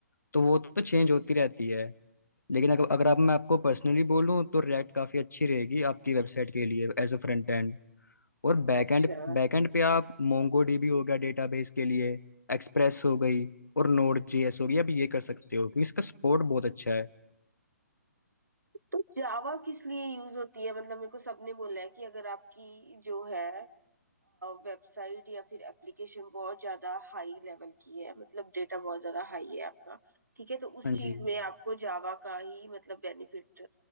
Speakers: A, on the left (about 80°); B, on the right (about 80°).
A: तो वो तो चेंज होती रहती है लेकिन अगर अगर आप मैं आपको पर्सनली बोलूँ तो रिएक्ट काफ़ी अच्छी रहेगी आपकी वेबसाइट के लिए एज अ फ्रंट एंड और बैक
B: अच्छा
A: एंड बैक एंड पे आप मोंगो डीबी हो गया डेटाबेस के लिए एक्सप्रेस हो गई और नोड जेएस हो गई आप ये कर सकते हो क्योंकि इसका सपोर्ट बहुत अच्छा है
B: तो जावा किस लिए यूज होती है मतलब मेरे को सबने बोला है कि अगर आपकी जो है वेबसाइट या फिर एप्लीकेशन बहुत ज्यादा हाई लेवल की है मतलब डेटा बहुत ज्यादा हाई है आपका ठीक है तो उस
A: हाँ
B: चीज
A: जी
B: में आपको जावा का ही मतलब बेनिफिट